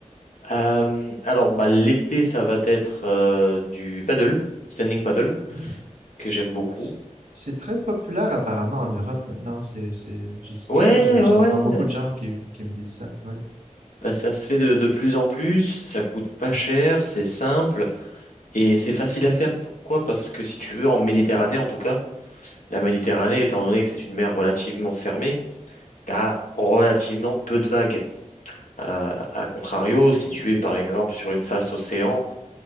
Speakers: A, on the left; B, on the right.
A: Euh, alors, bah, l'été, ça va être euh, du paddle, standing paddle,
B: Hmm.
A: que j'aime beaucoup.
B: Ah, c'est- c'est très populaire apparemment en Europe maintenant. C'est, c'est, je sais
A: Ouais,
B: pas trop. je-
A: ouais,
B: J'entends
A: ouais.
B: beaucoup de gens qui, qui me disent ça. Ouais.
A: Bah, ça se fait de, de plus en plus, ça coûte pas cher, c'est simple et c'est facile à faire. Pourquoi? Parce que si tu veux, en Méditerranée en tout cas, la Méditerranée, étant donné que c'est une mer relativement fermée, t'as relativement peu de vagues. Euh, à contrario, si tu es par exemple sur une face océan,